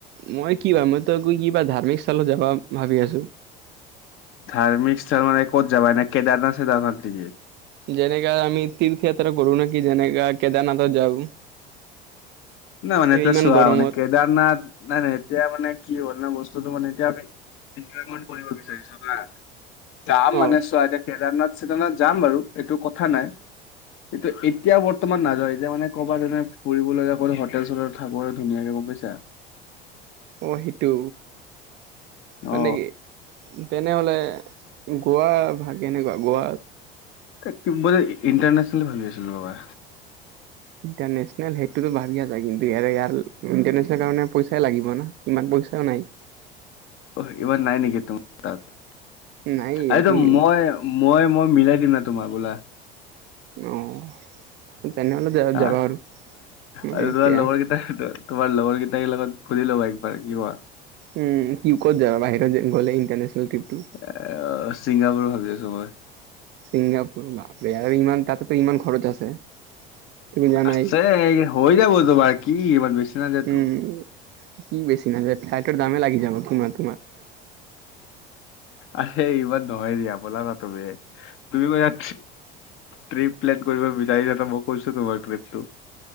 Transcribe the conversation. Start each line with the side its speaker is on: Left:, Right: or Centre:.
Right: মই কি বা মইতো একো কিবা ধাৰ্মিক স্থলত যাবা ভাবি আছোঁ।
Left: ধাৰ্মিক স্থান মানে ক'ত যাবা নে কেদাৰনাথ চেডাৰনাথ নেকি?
Right: যেনেকা আমি তীৰ্থযাত্ৰা কৰোঁ নেকি, যেনেকা কেদাৰনাথত যাওঁ।
Left: না মানে
Right: এই
Left: এতিয়া
Right: ইমান
Left: চোৱা
Right: গৰমত
Left: মানে কে দাৰনাথ নাই নাই এতিয়া মানে কি হ'ল ন' বস্তুটো মানে এতিয়া আমি এনজয়মেট কৰিব বিচাৰিছোঁ না, যাম
Right: অ
Left: মানে চোৱা কেদাৰনাথ চেদাৰনাথ যাম বাৰু এইটো কথা নাই। কিন্তু এতিয়া বৰ্তমান নাযাওঁ, এতিয়া মানে ক'বা যেনে ফুৰিবলগীয়া ক হোটেল চোটেল থাকোঁ ধুনীয়াকে গম পাইছা?
Right: অ' সেইটো, মানে
Left: অ
Right: কি তেনেহ'লে গোৱা ভাগ কেনেকুৱা গোৱা?
Left: <unintelligible> বোলে ইণ্টাৰনেশচনেল ভাবি আছিলোঁ ৰ'বা।
Right: ইণ্টাৰনেশ্যনেল সেইটোতো ভাবি আছা কিন্তু ইয়াৰে ইয়াৰ ইণ্টাৰনেশ্যনেল কাৰণে পইচাই লাগিব না। ইমান পইচাও নাই।
Left: অ' ইমান নাই নেকি তোমাৰ তাত?
Right: নাই
Left: <unintelligible>
Right: তুমি
Left: মই মই মই মিলাই দিম না তোমাৰ বোলা।
Right: অ' তেনেহ'লে
Left: হা
Right: যাবা পাৰোঁ ম
Left: আৰু
Right: এতিয়া।
Left: <unintelligible> তোমাৰ লগৰ কেইটাকেইটাই লগত ঘুৰি ল'বা একবাৰ কি কোৱা?
Right: উম, কিউকত যাবা, বাহিৰত গ'লে ইণ্টাৰনেশ্যনেল ট্ৰিপটো।
Left: এ, ছিংগাপুৰ ভাবি আছোঁ মই।
Right: ছিংগাপুৰ বাপৰে আৰু ইমান তাতেতো ইমান খৰচ আছে। তুমি জানাই
Left: আছে, হৈ যাব তোমাৰ, কি ইমান বেছি নাযায়তো
Right: উম, কি বেছি নাযায়, ফ্লাইটৰ দামেই লাগি যাব কিমান তোমাৰ।
Left: আ ইমান <inaudible> বল না তুমি তুমি কৈছা ট্ৰিপ প্লেন কৰিব বিচাৰিছা মই কৈছো তোমাৰ ট্ৰিপটো